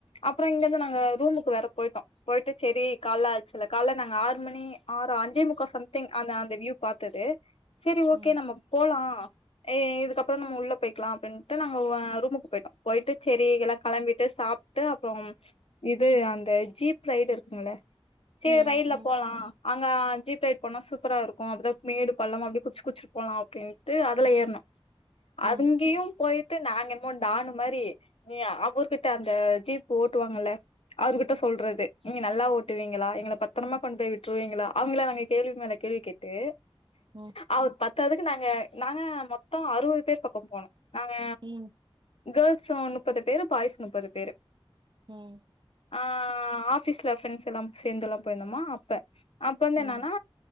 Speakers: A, on the left; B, on the right.
A: அப்றோ இங்கந்து நாங்க ரூமுக்கு வேற போய்டோ போயிட்டு சேரி கால்ல ஆச்சுல்ல கால்ல நாங்க ஆறு மணி ஆறு அஞ்சே முக்கா சம்திங் அந்த அந்த வியூ பாத்தது சேரி
B: ம்.
A: ஓகே நம்ம போலா இதுக்கப்றோ நம்ம உள்ள போய்கலா அப்டின்ட்டு நாங்க ஆஹ் ரூமுக்கு போய்டோ போய்டு சேரி எல்ல களம்பிட்டு சாப்டு அப்றோ இது அந்த ஜீப் ரைடு இருக்குங்ளே சேர்
B: ம்.
A: ரயில்ல
B: ம்.
A: போலா அங்க ஜீப் பேட் போணா சூப்ரா இருக்கு அப்பதாக் மேடு பள்ளம் அப்டி குச்சு குச்சிட்டு போலா அப்டின்ட்டு அதுல ஏறுனோ
B: ம். ம்.
A: அதுங்கியு போய்டு நாங்க என்மோ டானு மாரி நீ அப் ஊர்கிட்ட அந்த ஜீப் ஓட்டுவாங்கல அவ்ருகிட்ட சொல்றது <unintelligible> நல்லா ஓட்டுவீங்ளா எங்கள பத்ரமா கொண்டு போய் விட்டுருவீங்களா அவ்ங்களா நாங்க கேள்வி மேல கேள்வி கேட்டு
B: ம்.
A: அவ்ர் பத்தாதுக்கு நாங்க நாங்க மொத் த்தோ அறுவது பேர் பக்கோ போனோ நாங்க
B: ம்.
A: கேள்ஸோ முப்பது பேரு பாய்ஸ் முப்பது பேரு
B: உம்
A: ஆஹ் ஆபீஸ்ல ப்ரெண்ட்ஸ் எல்லா சேந்துல்லா போய்ருந்தோமா அப்ப அப்ப வந்து
B: ம்.
A: என்னான்னா